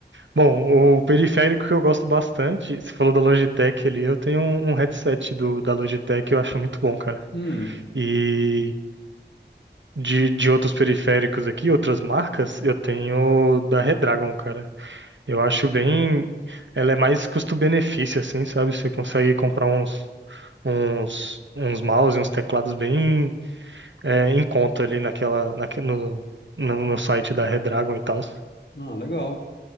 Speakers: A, on the right; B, on the left.
A: Bom, o periférico que eu gosto bastante, você falou da Logitech ali, eu tenho um, um headset do, da Logitech, eu acho muito bom, cara.
B: Hum.
A: E de, de outros periféricos aqui, outras marcas, eu tenho da Redragon, cara. Eu acho
B: Uhum.
A: bem. Ela é mais custo-benefício, assim, sabe? Você consegue comprar uns, uns, uns mouse e uns teclados bem é, em conta ali naquela, naque- no, no, no site da Redragon e tal.
B: Ah, legal.